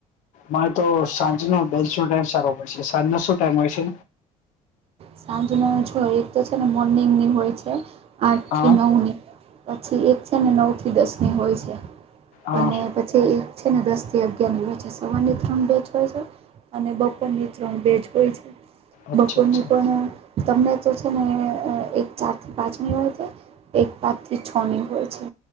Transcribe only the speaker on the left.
મારે તો સાંજ નો દસ નો ટાઈમ સારો પડશે સાંજ નો શું ટાઈમ હોય છે.
હા
હા
હા
અચ્છા
અચ્છા